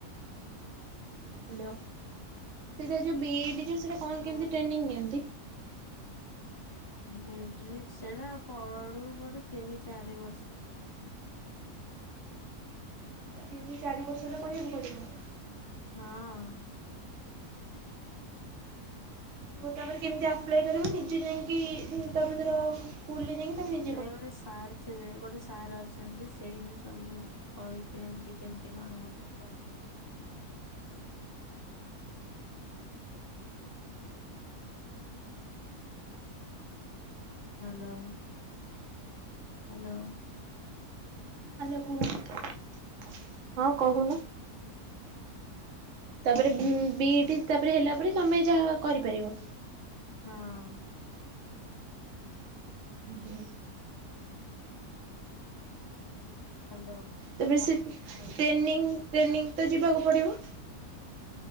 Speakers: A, on the right; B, on the left.
A: ହ୍ୟାଲୋ ସେଇଟା ଯୋଉ ବିଇଡି ଯୋଉ ସେଇଟା କଣ
B: ହଁ
A: କେମିତି ଟ୍ରେନି ନିଅନ୍ତି।
B: ବିଇଡି ରେ ସେଇଟା ପଢୁ ପଢୁ ତିନି ଚାରି ବର୍ଷ।
A: ତିନି ଚାରି ବର୍ଷ ସେଇଟାକୁ ପଢ଼ିବାକୁ ପଡ଼ିବ।
B: ହଁ।
A: ଓହୋ ତାପରେ କେମିତି ଆପ୍ଲାଏ କରିବୁ ନିଜେ ଯାଇକି ତମେ ଧର। ସ୍କୁଲରେ ଯାଇଁକି ତମେ ନିଯ
B: ନାଇଁ ଗୋଟେ ସାର ଥିବେ ଗୋଟେ ସାର ଅଛନ୍ତି ସେଇ ହିଁ ସବୁ। କହି ଦିଅନ୍ତି କେମିତି କଣ ହବ କଣ ନାହିଁ। ହାଲୋ। ହାଲୋ।
A: ମାଲୋ କୁହ। ତାପରେ ବି ଇ ଡି ତାପରେ ହେଲା ପରେ ତମେ ଯାହା କରିପାରିବ।
B: ହଁ।
A: ଉଁ ହୁଁ।
B: ହ୍ୟାଲୋ
A: ତେବେ ସେ ଟ୍ରେନି
B: ହ୍ୟାଲୋ
A: ଟ୍ରେନିଂ ତ ଯିବାକୁ ପଡିବ।